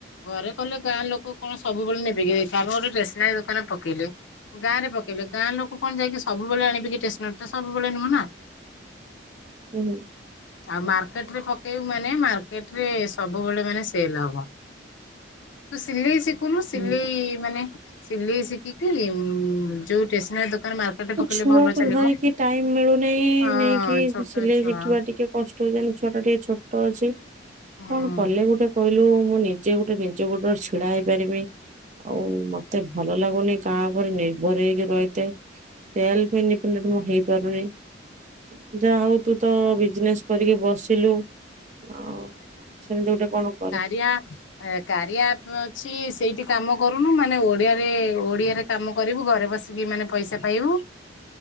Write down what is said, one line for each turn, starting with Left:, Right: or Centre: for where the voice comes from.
Left: ଘରେ କଲେ ଗାଁ ଲୋକ କଣ ସବୁବେଳେ ନେବେକି ଆମେ ଗୋଟେ ଷ୍ଟେସନାରୀ ଦୋକାନରେ ପକେଇଲେ ଗାଁରେ ପକେଇଲେ ଗାଁ ଲୋକ କଣ ଯାଇକି ସବୁବେଳେ ଆଣିବେକି ଷ୍ଟେସନାରୀ ତ ସବୁବେଳେ ନୁହଁ ନା।
Right: ହୁଁ ହୁ।
Left: ଆଉ ମାର୍କେଟ ରେ ପକେଇବୁ ମାନେ ମାର୍କେଟ ରେ ସବୁବେଳେ ମାନେ ସେଲ ହବ। ତୁ ସିଲେଇ ଶିଖୁନୁ ସିଲେଇ
Right: ହୁଁ।
Left: ମାନେ ସିଲେଇ ଶିଖିକି ଯୋଉ ଟେସନାରୀ ଦୋକାନ ମାର୍କେଟରେ ପକେଇଲେ
Right: ଛୁଆକୁ
Left: ଭଲ ଚାଲିବ।
Right: ଧରିକି ଟାଇମ ମିଳୁନିଁ
Left: ହଁ
Right: ନେଇକି
Left: ଛୋଟ
Right: କି ସିଲେଇ
Left: ଛୁଆ
Right: ଶିଖିବା ଟିକେ କଷ୍ଟ ହେଇଯିବ ଛୁଆ ଟା ଟିକେ ଛୋଟ ଅଛି।
Left: ହୁଁ।
Right: କଣ କଲେ ଗୋଟେ କହିଲୁ ମୁଁ ନିଜେ ଗୋଟେ ନିଜ ଗୋଡ଼ର ଛିଡା ହେଇପାରିବି। ଆଉ ମତେ ଭଲ ଲାଗୁନି କାହା ଆଗରେ ନିର୍ଭରେ ହେଇକି ରହିତେ। ସେଲ ନି ହେଇପାରୁନି <unintelligible> ଯା ହଉ ତୁ ତ ବିଜ୍ ନେସ କରିକି ବସିଲୁ। ହଉ ସେମିତି ଗୋଟେ କଣ କରେ।
Left: ବ୍ୟାଙ୍କ କାରିଆପ ଅଛି ସେଇଠି କାମ କରୁନୁ ମାନେ ଓଡିଆରେ ଓଡିଆରେ କାମ କରିବୁ ଘରେ ବସିକି ମାନେ ପଇସା ପାଇବୁ।